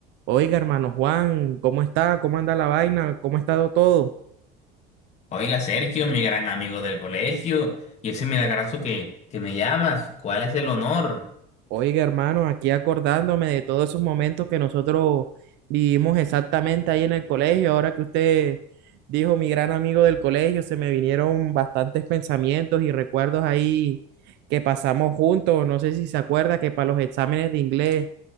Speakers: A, on the right; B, on the left.
A: Oiga, hermano Juan, ¿cómo está? ¿Cómo anda la vaina? ¿Cómo ha estado todo?
B: Oiga, Sergio, mi gran amigo del colegio, y ese milagroso que, que me llamas, ¿cuál es el honor?
A: Oiga, hermano, aquí acordándome de todos esos momentos que nosotros vivimos exactamente ahí en el colegio. Ahora que usted dijo mi gran amigo del colegio, se me vinieron bastantes pensamientos y recuerdos ahí que pasamos juntos. No sé si se acuerda que para los exámenes de inglés,